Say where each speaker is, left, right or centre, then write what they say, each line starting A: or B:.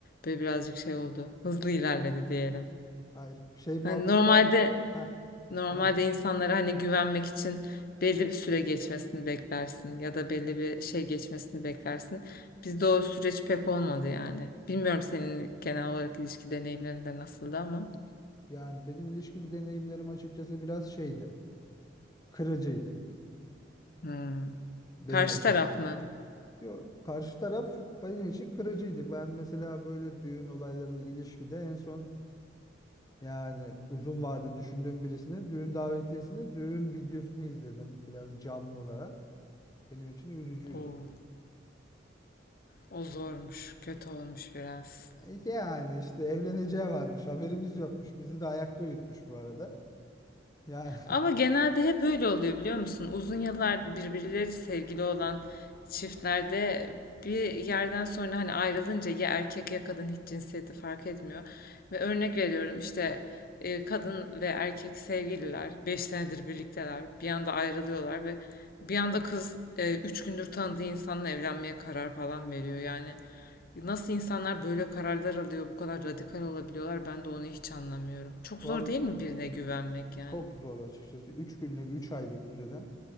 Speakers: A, on the left; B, on the left.
A: böyle birazcık şey oldu hızlı ilerledi diyelim.
B: Ay, şey muhabbet
A: Hani normalde
B: var. Heh,
A: Normalde
B: tamam.
A: insanlara hani güvenmek için belli bir süre geçmesini beklersin ya da belli bir şey geçmesini beklersin. Bizde o süreç pek olmadı yani. Bilmiyorum senin genel olarak ilişki deneyimlerinde nasıldı ama.
B: Yani benim ilişkili deneyimlerim açıkçası biraz şeydi. Kırıcıydı
A: Hmm.
B: benim
A: Karşı
B: açım.
A: taraf mı?
B: Yo, karşı taraf benim için kırıcıydı. Ben mesela böyle düğün olaylarının ilişkide en son Yani uzun vade düşündüğüm birisini düğün davetiyesini düğün videosunu izledim biraz canlı olarak. Benim için üzücüydü.
A: Oo, o zormuş, kötü olmuş biraz.
B: E, Yani işte evleneceği varmış haberimiz yokmuş. Bizi de ayakta uyutmuş bu arada. Yani
A: Ama genelde hep öyle oluyor biliyor musun? Uzun yıllar birbirleriyle sevgili olan çiftlerde bir yerden sonra hani ayrılınca ya erkek ya kadın hiç cinsiyeti fark etmiyor. Ve örnek veriyorum işte e, kadın ve erkek sevgililer 5 senedir birlikteler. Bir anda ayrılıyorlar ve bir anda kız e, 3 gündür tanıdığı insanla evlenmeye karar falan veriyor. Yani nasıl insanlar böyle kararlar alıyor, bu kadar radikal olabiliyorlar ben de onu hiç anlamıyorum.
B: <laughs>
A: Çok
B: val
A: zor değil mi birine güvenmek yani?
B: çok zor açıkçası. 3 günlük 3 aylık birine.